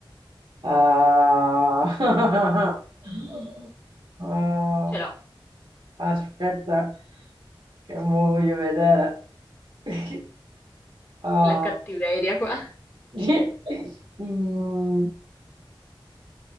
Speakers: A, on the right; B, on the left.
A: Ah, <laughs> ah,
B: Ce l'ho,
A: aspetta, che mo voglio vedere. <laughs> Ah,
B: la cattiveria qua.
A: <laughs> Mm,